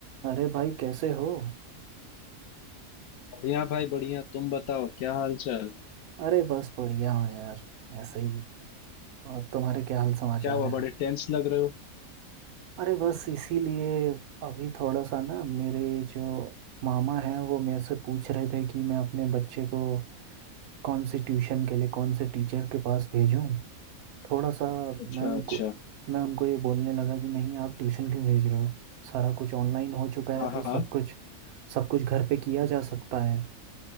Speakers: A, on the right; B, on the left.
A: अरे भाई कैसे हो
B: बढ़िया भाई बढ़िया तुम बताओ क्या हाल चाल
A: अरे बस बढ़िया हो यार ऐसे ही और तुम्हारे क्या हाल समाचार
B: क्या हुआ
A: हैं
B: बड़े टेंस लग रहे हो
A: अरे बस इसीलिए अभी थोड़ा सा ना मेरे जो मामा हैं वो मेरे से पूछ रहे थे कि मैं अपने बच्चे को कौन सी ट्यूशन के लिए कौन से टीचर के पास भेजूं थोड़ा सा
B: अच्छा
A: मैं उनको
B: अच्छा
A: मैं उनको ये बोलने लगा कि नहीं आप ट्यूशन क्यों भेज रहे हो सारा कुछ ऑनलाइन हो चुका है
B: हाँ
A: तो
B: हाँ
A: सब कुछ सब कुछ घर पे किया जा सकता है